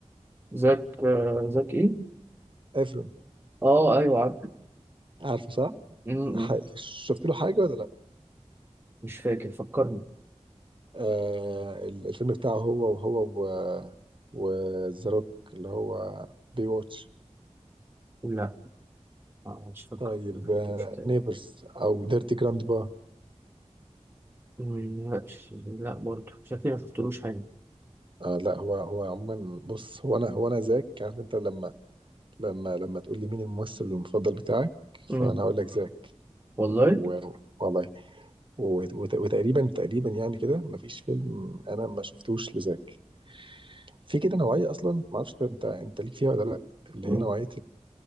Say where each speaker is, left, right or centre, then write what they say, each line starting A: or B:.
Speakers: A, on the right; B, on the right.
A: زاك آه زاك ايه
B: افرون
A: اه ايوه عارف
B: عارفه صح
A: م-
B: ح-
A: م.
B: شفت له حاجه ولا لا
A: مش فاكر فكرني
B: آه الفيلم بتاعه هو وهو و وذا اللي هو بي واتش
A: لا آه، مش فاكر
B: طيب
A: مش
B: آه
A: مش متهيألي.
B: نيبرز او ديرتي جراند با
A: مم، لا لا برضه شكلي ما شفتلوش حاجة
B: آه لا هو هو عموما بص هو انا هو انا زاك عارف انت لما لما لما تقول لي مين الممثل المفضل بتاعك
A: مم.
B: فانا اقول لك زاك
A: والله
B: و- والله وت- وت- وتقريبا تقريبا يعني كده مفيش فيلم انا ما شفتوش لزاك في كده نوعيه اصلا ما اعرفش انت انت ليك فيها ولا لا اللي
A: مم.
B: هي نوعيه